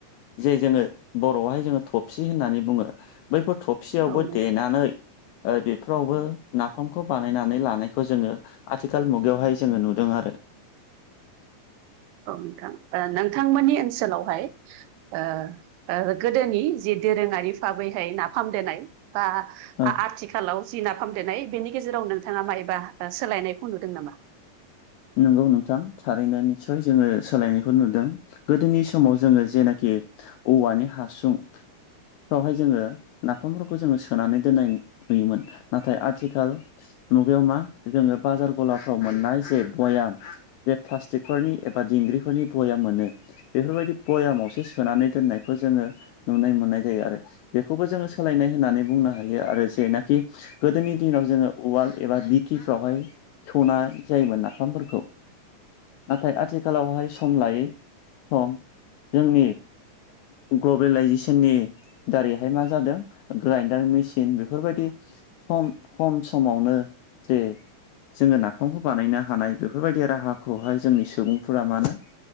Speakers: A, on the left; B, on the right.
A: जे जोङो बर'आवहाय जोङो थबसि होननानै बुङो बैफोर थफसियावबो
B: औ नोंथां
A: देनानै ओ बेफोरावबो नाफामखौ बानायनानै लानायखौ जोङो आथिखाल मुगायावहाय जोङो नुदों आरो
B: औ नोंथां नोंथांमोननि ओनसोलावहाय ओ ओ गोदोनि जि दोरोङारि बाहाबैहाय नाफाम देनाय बा
A: औ
B: आथिखालाव जि नाफाम देनाय बेनि गेजेराव नोंथाङा मायोबा सोलायनायखौ नुदों नामा
A: नंगौ नोंथां थारैनो निस्सय जोङो सोलायनायखौ नुदों गोदोनि समाव जोङो जेनाखि औवानि हासुं फोरावहाय जोङो नाफामफोरखौ जोङो सोनानै दोन्नाय नुयोमोन नाथाय आथिखाल मुगायाव मा जोङो बाजार गलाफ्राव मोननाय जे भयाम बे प्लास्टिकफोरनि एबा दिंग्रिफोरनि भयाम मोनो। बेफोरबायदि भयामावसो सोनानै दोननायखौ जोङो नुनो मोननाय जायो आरो। बेखौबो जोङो सोलायनाय होननानै बुंनो हायो आरो जेनाखि गोदोनि दिनाव जोङो उवाल एबा दिंखि फोरावहाय सौनाय जायोमोन नाफामफोरखौ नाथाय आथिखालावहाय सम लायै सम जोंनि ग्लबेलाइजेसननि दारैहाय मा जादों ग्राइनडार मेसिन बेफोरबायदि सम खम समावनो जे जोङो नाफामखौ बानायनो हानाय बेफोरबायदि राहाखौहाय जोंनि सुबुंफोरा मानो